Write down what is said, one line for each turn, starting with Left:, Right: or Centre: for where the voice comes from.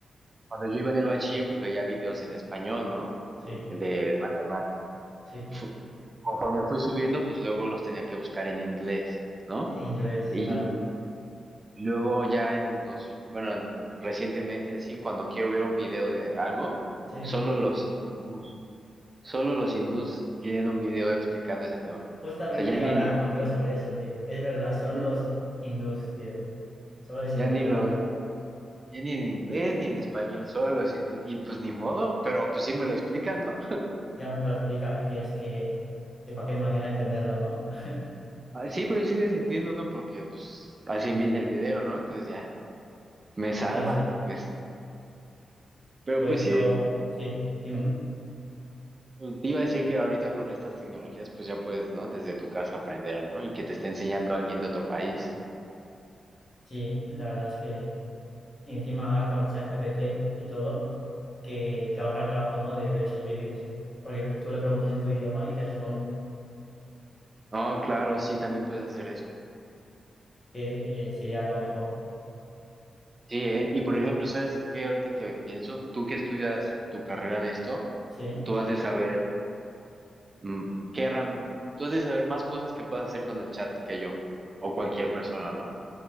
Right: Cuando yo iba en el bachiller, pues veía videos en español, ¿no?
Left: sí,
Right: De matemáticas.
Left: sí.
Right: fu- conforme fui subiendo, pues luego los tenía que buscar en inglés, ¿no?
Left: Inglés,
Right: Y
Left: claro.
Right: luego ya en los últimos, bueno, en- recientemente y así, cuando quiero ver un video de algo,
Left: Sí.
Right: solo los hindús, solo los hindús tienen un video explicando ese tema.
Left: Justamente
Right: O sea, ya
Left: iba
Right: ni
Left: a hablar
Right: en, in-
Left: contigo sobre eso, tío. Es verdad, son
Right: ya,
Left: los hindús, tío. Solo los
Right: ya
Left: hindús,
Right: ni
Left: es
Right: lo,
Left: verdad.
Right: ya ni en inglés ni en español, solo los hindús. Y pues ni modo, pero pues sí me lo explican, ¿no?
Left: Ya te lo explica y tienes que, de cualquier manera, entenderlo, ¿no? <laughs>
Right: Ah, sí, pero sí les entiendo, ¿no? Porque pues hacen bien el video, ¿no? Entonces ya, me salvan,
Left: Sí, sí.
Right: me s- pero
Left: Pues
Right: pues sí,
Left: yo, sí, dime.
Right: Ujú. Pues, Te iba a decir que ahorita con estas tecnologías, pues ya puedes, ¿no? Desde tu casa aprender, ¿no? Y que te esté enseñando alguien de otro país.
Left: Sí, la verdad es que y encima ahora con el ChatGPT y todo, que te ahorra el trabajo, ¿no? De ver esos vídeos. Porque tú le preguntas en tu idioma y te responde,
Right: No, claro, sí, también puedes hacer eso.
Left: que eh, sería lo mejor.
Right: Sí, ¿eh? Y por ejemplo, ¿sabes qué? Ahorita que pienso, tú que estudias tu carrera de esto,
Left: Sí.
Right: tú has de saber mm, qué herram- tú has de saber más cosas que puedes hacer con el chat que yo, o cualquier persona, ¿no? O